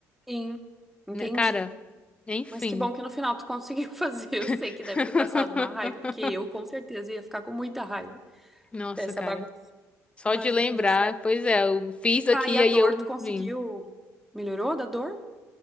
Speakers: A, in the centre; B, on the left (about 20°).
A: Sim, entendi.
B: Né, Cara, enfim.
A: Mas que bom que no final tu conseguiu <laughs> fazer. Eu sei
B: <laughs>
A: que deve ter passado uma raiva, porque eu com certeza ia ficar com muita raiva
B: Nossa,
A: dessa
B: cara.
A: bagunça.
B: Só
A: Mas
B: de lembrar,
A: no fim deu certo.
B: pois é, eu fiz aqui,
A: Tá, e a
B: aí
A: dor,
B: eu
A: tu conseguiu?
B: vim.
A: Melhorou da dor?